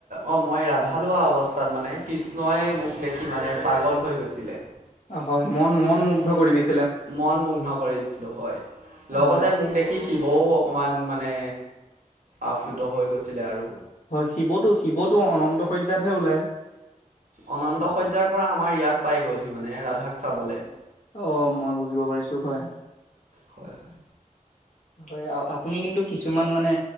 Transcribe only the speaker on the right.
অ' মই ৰাধা লোৱা অৱস্থাত মানে কৃষ্ণইে মোক দেখি মানে পাগল হৈ গৈছিলে।
মন মুগ্ধ কৰি দিছিলো হয়। লগতে
মোক দেখি শিৱও অকণমান মানে আপ্লুত হৈ গৈছিলে আৰু।
অনন্ত শয্যাৰ পৰা আমাৰ ইয়াত পাই গলহি। মানে ৰাধাক চাবলৈ।
হয় - হয়।